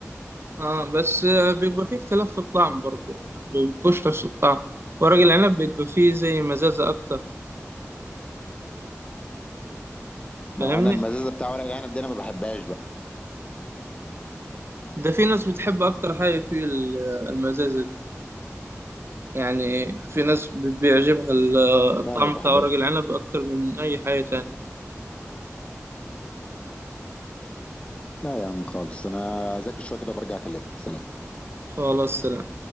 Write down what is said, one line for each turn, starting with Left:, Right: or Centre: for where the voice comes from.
Right: اه بس آه، بيبقى فيه اختلاف في الطعم برضه يعني ما بيبقوش نفس الطعم ورق العنب بيبقى فيه زي مزازة اكتر
Left: ما
Right: فاهمني
Left: هو انا المزازه بتاع ورق العنب دي انا ما بحبهاش بقى
Right: ده في ناس بتحب اكتر حاجة فيه ال- المزازة دي يعني في ناس بيعجبها ال- الطعم
Left: لا ما بحبهاش
Right: بتاع ورق العنب اكتر من اي حاجة تانية
Left: لا يا عم خالص انا اذاكر شويه كده وبرجع اكلمك سلام
Right: خلاص سلام